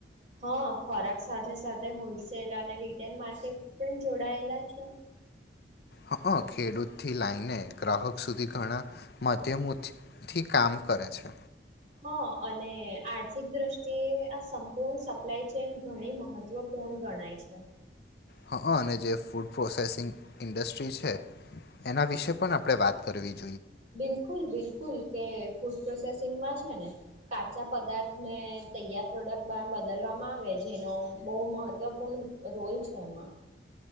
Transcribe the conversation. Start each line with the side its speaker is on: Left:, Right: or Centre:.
Right: હા ખોરાક સાથે સાથે હોલસેલ અને રીટેલ માર્કેટ પણ જોડાયેલા છે.
Left: હ ખેડૂતથી લાઈને ગ્રાહક સુધી ઘણા મધ્યમથી કામ કરે છે.
Right: હા અને આર્થિક દ્રષ્ટિએ આ સંપૂર્ણ સપ્લાય ચેન ઘણી મહત્વપૂર્ણ ગણાય છે.
Left: હ અને જે ફૂડ પ્રોસેસિંગ ઇન્ડસ્ટ્રી છે એના વિશે પણ આપણે વાત કરવી જો
Right: બિલકુલ બિલકુલ કે ફૂ પ્રોસેસિંગમાં છે ને કાચા પદાર્થને તૈયાર પ્રોડક્ટ બદલવામાં આવે જેનો બહુ મહત્ત્વપૂર્ણ રોલ છે એમાં